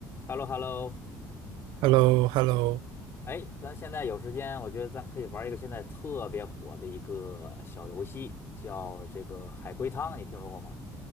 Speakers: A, on the left; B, on the right.
A: h e l l o h e l l o
B: h e l l o h e l l o
A: 哎，咱现在有时间，我觉得咱可以玩一个现在特别火的一个小游戏，叫这个海龟汤，你听说过吗？